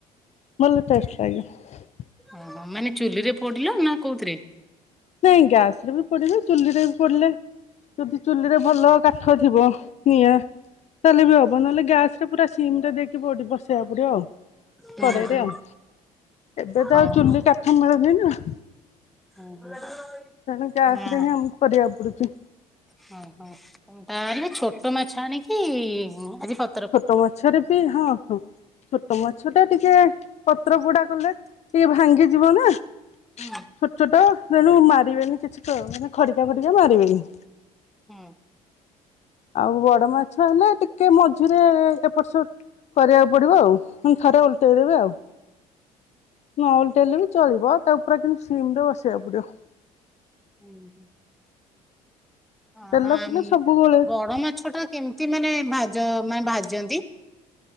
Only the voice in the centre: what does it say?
ଓହୋ ମାନେ ଚୁଲି ରେ ପୋଡିଲ ନା କଉଥିରେ?
ହୁଁ
ହୁଁ
ଓହୋ
<unintelligible>
ନା
ହଁ -ହଁ ତାହେଲେ ଛୋଟ ମାଛ ଆଣିକି ଆଜି ପ
ହୁଁ
ହୁଁ।
ଉଁ ହୁଁ। ହଁ
ହଁ ଆମ
ବଡ ମାଛ ଟା କେମିତି ମାନେ ଭାଜ ମାନେ ଭାଜନ୍ତି।